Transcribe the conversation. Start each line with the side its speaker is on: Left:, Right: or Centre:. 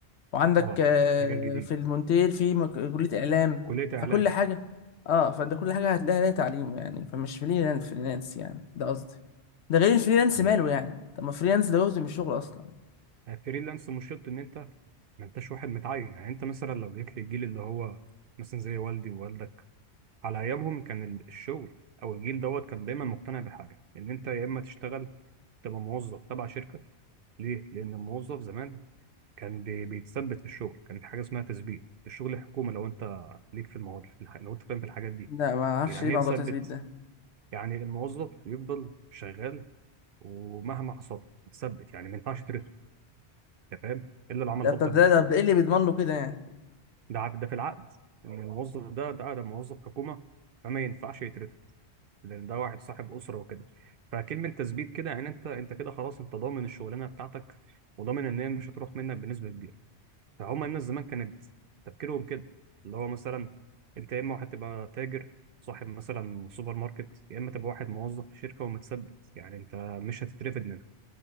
Left: وعندك
Right: آه
Left: آه،
Right: مجال جديد
Left: في المونتير في مك- كليه اعلام
Right: كلية إعلام
Left: فكل حاجه اه فانت كل حاجه هتلاقيها ليها تعليم يعني فمش فريلانس فريلانس يعني ده قصدي ده غير الفريلانس
Right: ماشي
Left: ماله يعني طب ما فريلانس ده جزء من الشغل اصلا
Right: فريلانس مش شرط إن أنت ما أنتش واحد متعين يعني أنت مثلا لو جيت للجيل اللي هو مثلا زي والدي ووالدك على أيامهم كان ال- الشغل أو الجيل دوت كان دايما مقتنع بحاجة إن أنت يا إما تشتغل تبقى موظف تبع شركة ليه؟ لأن الموظف زمان كان بي- بيتثبت في الشغل، كانت حاجة اسمها تثبيت، الشغل الحكومي لو أنت ليك في المواد في الح... لو أنت فاهم في الحاجات دي،
Left: لا ما اعرفش
Right: يعني
Left: ايه موضوع
Right: إيه تثبت؟
Left: التثبيت ده
Right: يعني الموظف يفضل شغال ومهما حصل له يتثبت، يعني ما ينفعش ترفد، أنت فاهم؟ إلا لو عمل
Left: ده
Right: غلطة
Left: طب
Right: كبيرة،
Left: ده ده ايه اللي بيضمن له كده يعني
Right: ده عق- ده في العقد، إن الموظف ده ده ده موظف حكومة فما ينفعش يترفد، لأن ده واحد صاحب أسرة وكده، فكلمة تثبيت كده يعني أنت أنت كده خلاص أنت ضامن الشغلانة بتاعتك وضامن إن هي مش هتروح منك بنسبة كبيرة. فهم الناس زمان كانت تفكيرهم كده اللي هو مثلا انت يا اما هتبقى تاجر صاحب مثلا سوبر ماركت يا اما تبقى واحد موظف في شركه ومتثبت يعني انت مش هتترفد منها